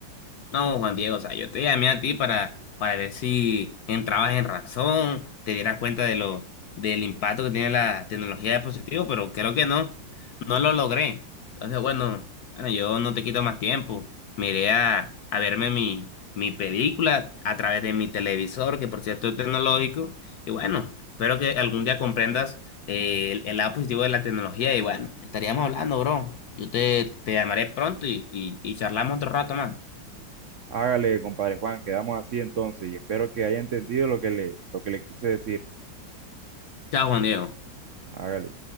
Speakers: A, on the left (about 65°); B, on the right (about 65°).
A: No, Juan Diego, o sea, yo te llamé a ti para, para ver si entrabas en razón, te dieras cuenta de lo, del impacto que tiene la tecnología de dispositivos, pero creo que no, no lo logré. Entonces, bueno, bueno, yo no te quito más tiempo. Me iré a, a verme mi, mi película a través de mi televisor, que por cierto es tecnológico. Y bueno, espero que algún día comprendas eh, el, el lado positivo de la tecnología. Y bueno, estaríamos hablando, bro. Yo te, te llamaré pronto y, y, y charlamos otro rato más.
B: Hágale, compadre Juan, quedamos así entonces y espero que haya entendido lo que le, lo que le quise decir.
A: Chao, Juan Diego.
B: Hágale.